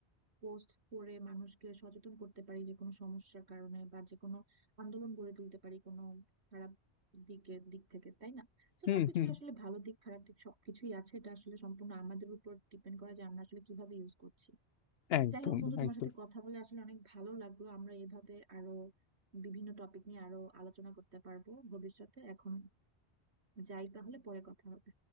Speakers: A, on the right; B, on the left.
A: পোস্ট করে মানুষকে সচেতন করতে পারি যে কোনো সমস্যার কারণে বা যে কোনো আন্দোলন গড়ে তুলতে পারি কোনো খারাপ দিকের দিক থেকে তাই না তো
B: হুম
A: সবকিছুর
B: হুম
A: আসলে ভালো দিক খারাপ দিক সবকিছুই আছে এটা আসলে সম্পূর্ণ আমাদের উপর ডিপেন্ড করে যে আমরা আসলে কিভাবে ইউজ করছি
B: একদম
A: যাই হোক বন্ধু তোমার
B: একদম
A: সাথে কথা বলে আসলে অনেক ভালো লাগলো আমরা এভাবে আরো বিভিন্ন টপিক নিয়ে আরো আলোচনা করতে পারবো ভবিষ্যতে এখন যাই তাহলে পরে কথা হবে